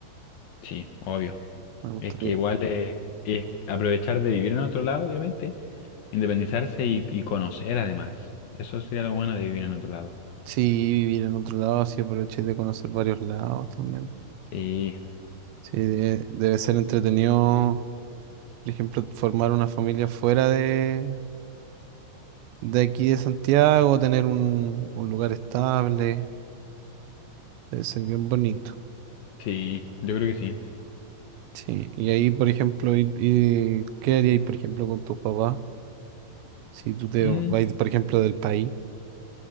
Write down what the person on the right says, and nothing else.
me gustaría.
Sí, vivir en otro lado, así aproveché de conocer varios lados también.
Sí, de- debe ser entretenido, por ejemplo, formar una familia fuera de, de aquí de Santiago, tener un, un lugar estable, debe ser bien bonito.
Sí, y ahí, por ejemplo, ir- ir- ¿qué haríais, por ejemplo, con tus papás? Si tú te
vas, por ejemplo, del país.